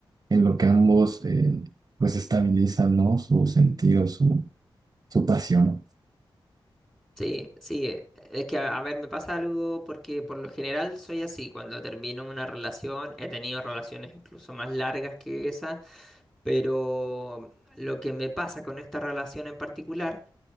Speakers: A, on the right; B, in the centre.
A: en lo que ambos eh, pues estabilizan, ¿no? Su sentido, su, su pasión.
B: Sí, sí, eh, es que a, a ver, me pasa algo porque por lo general soy así, cuando termino una relación, he tenido relaciones incluso más largas que esa, pero lo que me pasa con esta relación en particular